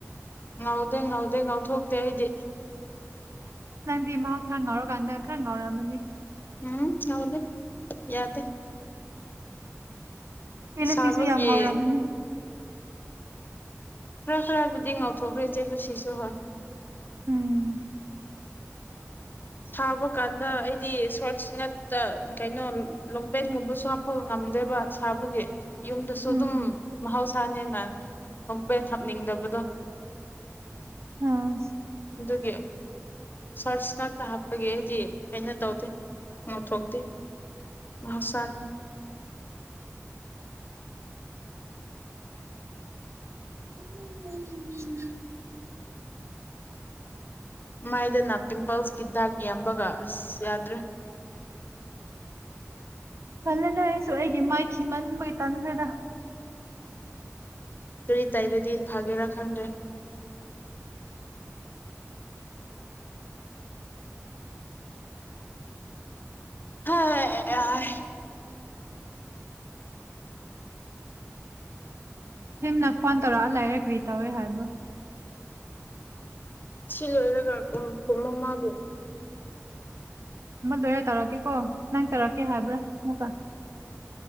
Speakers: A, on the left (about 40°); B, on the right (about 60°).
A: ꯉꯧꯗꯦ ꯉꯧꯗꯦ ꯉꯧꯊꯣꯛꯇꯦ ꯑꯩꯗꯤ
B: ꯅꯪꯗꯤ ꯃꯍꯧꯁꯥ ꯉꯥꯎꯔꯀꯥꯟꯗ ꯈꯔ ꯉꯥꯎꯔꯛꯝꯃꯅꯤ
A: ꯎꯝ ꯍꯥꯎꯗ ꯌꯥꯗ
B: ꯇꯂ
A: ꯁꯥꯕꯒꯤ
B: ꯐꯁꯨꯦ ꯌꯥꯡ ꯉꯧꯔꯃꯅꯦ
A: ꯈꯔ ꯈꯔꯕꯨꯗꯤ ꯉꯧꯊꯣꯛꯈ꯭ꯔꯦ ꯆꯠꯂꯨ ꯁꯤꯁꯨ ꯍꯣꯏ
B: ꯎꯝ
A: ꯁꯥꯕ ꯀꯥꯟꯗ ꯑꯩꯗꯤ ꯁꯣꯔꯠ ꯁ ꯉꯠꯇ ꯀꯩꯅꯣ ꯂꯣꯡꯄꯦꯟꯒꯨꯝꯕꯁꯨ ꯍꯥꯞꯄ ꯉꯝꯗꯦꯕ ꯁꯥꯕꯒꯤ ꯌꯨꯝꯗꯁꯨ
B: ꯎꯝ
A: ꯑꯗꯨꯝ ꯃꯍꯧꯁꯥꯅꯦꯅ ꯂꯣꯡꯄꯦꯟ ꯍꯥꯞꯅꯤꯡꯗꯕꯗꯣ
B: ꯎꯝ ꯎꯝ
A: ꯑꯗꯨꯗꯒꯤ ꯁꯔꯁꯅ ꯇ ꯍꯥꯞꯄꯒꯤ ꯑꯩꯗꯤ ꯑꯩꯅ ꯇꯧꯗꯦ ꯉꯊꯣꯛꯇꯦ ꯃꯍꯧꯁꯥꯅꯤ
B: ꯎ
A: ꯃꯥꯏꯗꯅ ꯄꯤꯝꯄꯜꯁꯀꯤ ꯗꯥꯛ ꯌꯥꯝꯕꯒ ꯑꯁ ꯌꯥꯗ꯭ꯔꯦ
B: ꯈꯜꯂꯦꯗ ꯑꯩꯁꯨ ꯑꯩꯒꯤ ꯃꯥꯏꯈꯤꯤ ꯃꯟꯕꯒꯤ ꯇꯥꯟꯈ꯭ꯔꯗ
A: ꯀꯔꯤ ꯇꯥꯏꯕꯗꯤ ꯐꯒꯦ ꯔ ꯈꯪꯒꯦ ꯍꯥ
B: ꯍꯅ ꯐꯣꯟ ꯇꯧꯔꯛ ꯂꯥꯏꯔꯛꯔꯤꯁ ꯇꯧꯋꯦ ꯍꯥꯏꯕ
A: ꯁꯤ ꯂꯣꯏꯔꯒ ꯀꯣ ꯃꯃꯥꯕꯨ
B: ꯑꯃꯜ ꯂꯣꯏꯔꯦ ꯇꯧꯔꯛꯒꯦꯀꯣ ꯅꯪ ꯇꯧꯔꯛꯀꯦ ꯍꯥꯏꯕ꯭ꯔꯥ ꯑꯃꯨꯛ